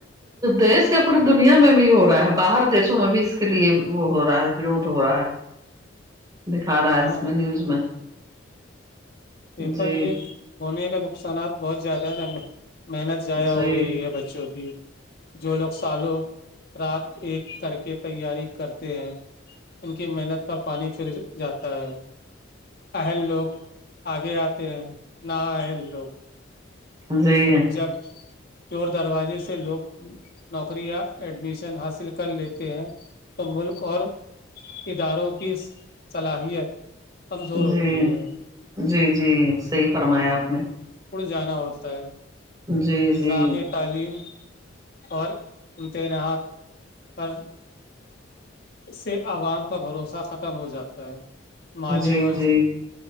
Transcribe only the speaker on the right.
دیش کا پوری دنیا میں بھی ہو رہا ہے باہر دیشوں میں بھی اس کے لیے وہ ہو رہا ہے ورود ہو رہا ہے
دکھا رہا ہے
اس میں نیوز میں
جی
جی
جی
جی
جی جی صحیح فرمایا آپ نے
جی
جی
جی
جی